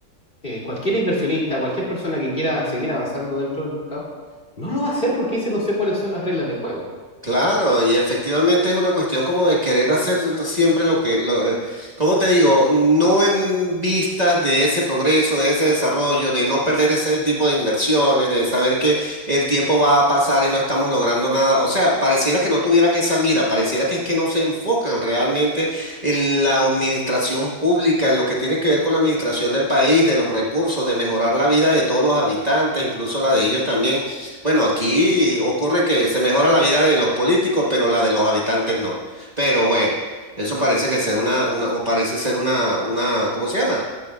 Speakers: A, on the left; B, on the right.
A: eh, cualquier inversionista, cualquier persona que quiera seguir avanzando dentro del mercado, no lo va a hacer porque dice no sé cuáles son las reglas del juego.
B: Claro, y efectivamente es una cuestión como de querer hacer siempre lo que, lo, eh, ¿cómo te digo? No en vistas de ese progreso, de ese desarrollo, de no perder ese tipo de inversiones, de saber que el tiempo va a pasar y no estamos logrando nada. O sea, pareciera que no tuvieran esa mira, pareciera que es que no se enfocan realmente en la administración pública, en lo que tiene que ver con la administración del país, de los recursos, de mejorar la vida de todos los habitantes, incluso la de ellos también. Bueno, aquí ocurre que se mejora la vida de los políticos, pero la de los habitantes no. Pero bueno, eso parece que ser una, una, o parece ser una, una, ¿cómo se llama?